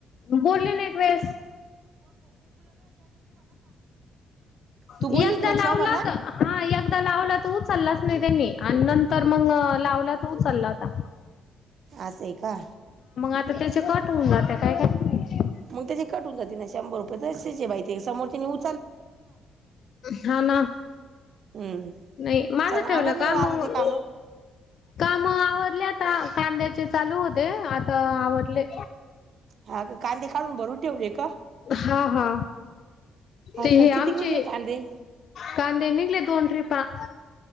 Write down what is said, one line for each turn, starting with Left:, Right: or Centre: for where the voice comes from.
Left: बोलले ना एक वेळेस
Right: तू
Left: एकदा
Right: बोलली होती मग ना
Left: लावला
Right: शोभाला
Left: तर हा एकदा लावला तर उचललाच नाही त्यांनी आणि नंतर मग लावला त उचलला आता
Right: आसय का
Left: आता त्याचे कट होऊन जात्यात. <unintelligible>
Right: मग त्याची कटून जाते ना शंभर रुपये तसंच हे बाई ते समोरच्यानि उ
Left: हा ना
Right: हम्म
Left: नाही माझ
Right: चला
Left: ठेवलं
Right: आवरले
Left: काम
Right: वावरातले
Left: मग मी
Right: काम
Left: काम आवरल्यात. आता कांद्याचे चालू होते आता आवडले.
Right: हा कांदे काढून भरून ठेवले का?
Left: हा हा
Right: हा
Left: ते हे
Right: का किती
Left: आमचे
Right: निघले कांदे
Left: कांदे निघले दोन ट्रीप <unintelligible>